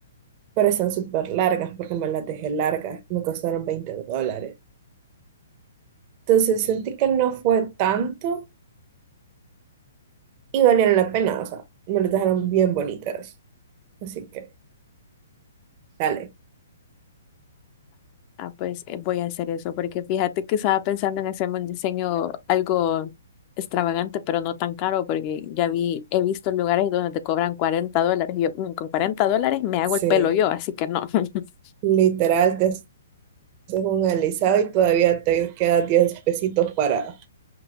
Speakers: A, on the right; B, on the left.
A: pero están súper largas porque me las dejé largas. Me costaron 20 dólares. Entonces sentí que no fue tanto y valieron la pena. O sea, me las dejaron bien bonitas. Así que, dale.
B: Ah, pues eh, voy a hacer eso, porque fíjate que estaba pensando en hacerme un diseño algo extravagante, pero no tan caro, porque ya vi, he visto lugares donde te cobran 40 dólares. y yo, "Mm, con 40 dólares me hago
A: Sí,
B: el pelo yo, así que no. <laughs>
A: literal, te haces un alisado y todavía te quedan 10 pesitos para